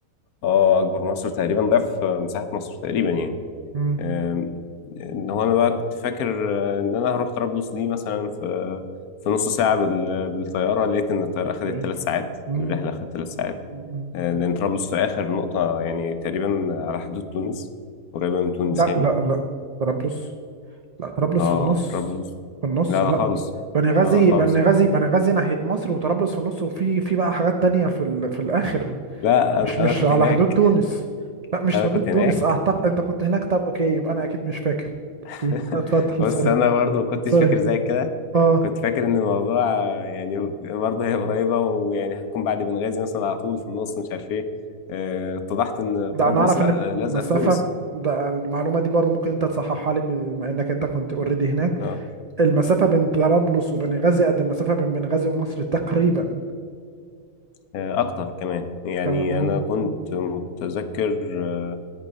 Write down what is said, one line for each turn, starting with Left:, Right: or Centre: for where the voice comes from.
Left: اه اكبر مصر تقريبا ضعف مساحه مصر تقريبا يعني
Right: امم
Left: آم، ان هو انا بقى كنت فاكر آه، ان انا هروح طرابلس دي مثلا في في نص ساعه بال- بالطياره لقيت ان الطياره اخذت
Right: بعيد
Left: ثلاث ساعات
Right: مم.
Left: الرحله اخذت ثلاث ساعات
Right: مم.
Left: آه، لان طرابلس في اخر نقطه يعني تقريبا على حدود تونس قريبه من تونس
Right: لا
Left: يعني
Right: لا لا طرابلس لا طرابلس
Left: اه
Right: في النص
Left: طرابلس
Right: في النص
Left: لا
Right: لا
Left: لا خالص
Right: بني غازي
Left: لا لا خالص
Right: بني غازي بني غازي ناحية مصر وطرابلس في النص وفي في بقى حاجات تانية في ال... في الآخر
Left: لا
Right: مش
Left: انا أنا
Right: مش
Left: كنت
Right: على
Left: هناك
Right: حدود تونس لا مش
Left: انا
Right: في حدود
Left: كنت
Right: تونس
Left: هناك
Right: اعتقد انت كنت هناك طب اوكي يبقى انا اكيد مش فاكر اكيد
Left: <laughs>
Right: <laughs> اتفضل
Left: بص
Right: سوري
Left: انا برضه ما كنتش
Right: سوري
Left: فاكر زي كده
Right: اه
Left: كنت فاكر ان الموضوع آه، يعني برضه هي قريبه ويعني هتكون بعد بنغازي مثلا على طول في النص مش عارف ايه آه، اتضحت ان
Right: ده
Left: طرابلس
Right: انا اعرف
Left: لا
Right: ان
Left: آه، لازقه
Right: المسافة
Left: في تونس
Right: ده المعلومة دي برضه ممكن انت تصححها لي بما انك انت كنت اوريدي هناك
Left: اه
Right: المسافة بين طرابلس وبنغازي قد المسافة بين بنغازي ومصر تقريبا
Left: آه، اكتر كمان يعني
Right: كان اه
Left: انا كنت
Right: مم،
Left: متذكر آه،